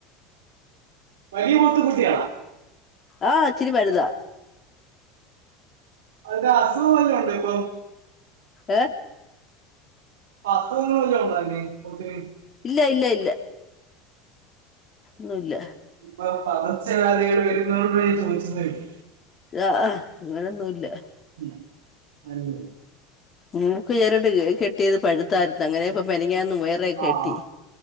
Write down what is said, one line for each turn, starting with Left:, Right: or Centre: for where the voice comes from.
Right: വലിയ പോത്ത് കുട്ടിയാണ
Left: ആഹ് ഇച്ചിരി വലുതാ
Right: വല്ല അസുഖം വല്ലോം ഒണ്ടോ ഇപ്പം
Left: ഏഹ്
Right: അസുഖങ്ങൾ വല്ല ഉണ്ടയിന് പോത്തിന്
Left: ഇല്ല ഇല്ല ഇല്ല ഒന്നുല്ല
Right: ഇപ്പൊ പകർച്ചവ്യാധികൾ വരുന്നതോണ്ട് ഞാൻ ചോദിച്ചന്നെ ഉള്ള്
Left: ആഹ് അഹ് അങ്ങനൊന്നുല്ല
Right: <unintelligible>
Left: മൂക്ക് ചരട് കെട്ടിയത് പഴുത്തായിരുന്ന് അങ്ങനെ ഇപ്പ മെനഞ്ഞാന്ന് പോയ വേറെ കെട്ടി
Right: ആഹ്